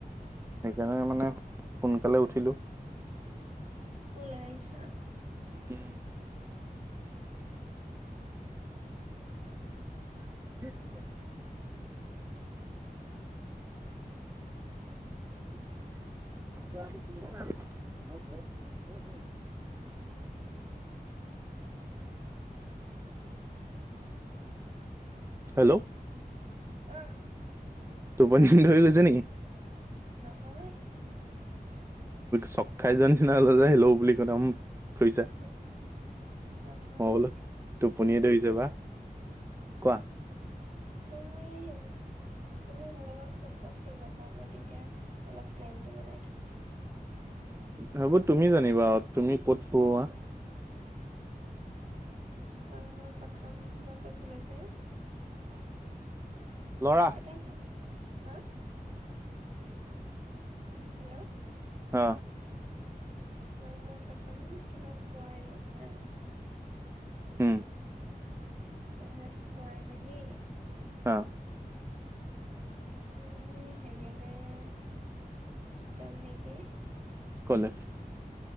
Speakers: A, on the right; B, on the right.
A: সেইকাৰণে মানে সোনকালে উঠিলোঁ।
B: ওলাইছা।
A: উম স দ <unintelligible> আ পছ ঘ <unintelligible> হেল্ল
B: উম
A: টোপনি ধৰি গৈছে নেকি?
B: নহয়।
A: ছক খাই যোৱা নিচিনা কলা যে হেল্ল বুলি কলা। ফুইছা
B: উহু নহয়।
A: মই বোলো টোপনিয়ে ধৰিছে। ছে বা কোৱা?
B: তুমি উম তুমি মোৰ লগত ক'ত ক'ত ফুৰিবা কোৱা মই তেতিয়া অলপ প্লেনটো বনাই থম।
A: সেইবোৰ তুমি জানিবা তুমি কত ফুৰোৱা।
B: তোমাক মই প্ৰথম মই কৈছিলো যে,
A: লৰা
B: ত খাব হা <unintelligible> হেল্ল
A: অ
B: তোমাক মই প্ৰথম কিবা খুৱাই লম হা।
A: উম,
B: তাৰপিছত খুৱাই মেলি-
A: অ
B: উম হেৰিয়লে- যাম নেকি
A: ক'লে?